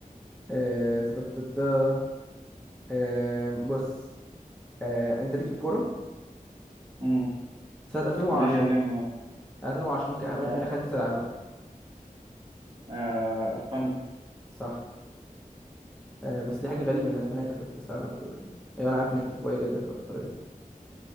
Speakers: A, in the centre; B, on the right.
A: آه، تا- تا- تا- تا. آه، بص آه، انت ليك في الكوره
B: امم
A: سنة 2010
B: ليه يا جامد اه
A: 2010 ممكن من
B: اه
A: من خدت كأس العالم
B: آه، اسبانيا
A: صح آه بس دي حاجة غريبة إن أسبانيا تاخد كأس العالم في الوقت ده. أيوة أنا عارف إن هي كانت قوية جدا في الفترة دي